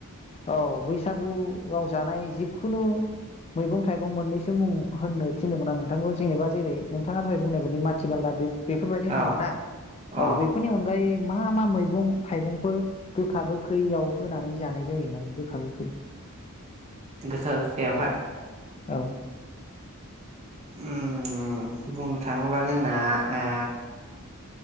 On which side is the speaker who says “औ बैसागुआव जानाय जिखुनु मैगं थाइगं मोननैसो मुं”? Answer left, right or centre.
Left